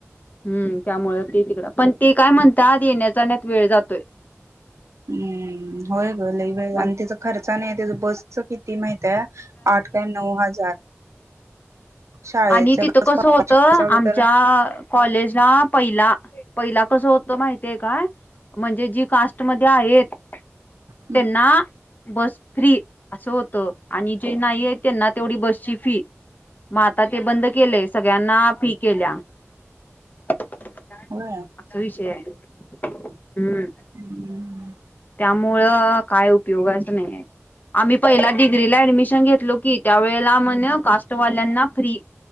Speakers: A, on the left; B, on the right.
A: हम्म त्यामुळे ते तिकडं पण ते काय म्हणतात येण्याचाण्यात वेळ जातोय
B: हम्म होय ग लय वेळ
A: मग
B: आणि त्याचा खर्चा नाही त्याच बसच किती माहित आठ का नऊ हजार
A: ह
B: शाळेच्या
A: <inaudible> आणि तिथं
B: बस
A: कस
B: कॉलेजची
A: होत आमच्या
B: बस लावली तर
A: कॉलेजला पहिला पहिला कस हो होतो माहितीय काय म्हणजे जी कास्ट मध्ये आहेत त्यांना
B: हम्म
A: बस फ्री असं होतं आणि जे नाही आहेत त्यांना तेवढी बसची फी मग आता ते बंद केलेय सगळ्यांना फी केल्या. असं
B: होय
A: विषय हाय. हम्म
B: हम्म
A: त्यामुळं काय उपयोगाचं नाही आहे. आम्ही पहिला डिग्रीला ऍडमिशन घेतलो की त्यावेळेला म्हण कास्ट वाल्या ल्याना फ्री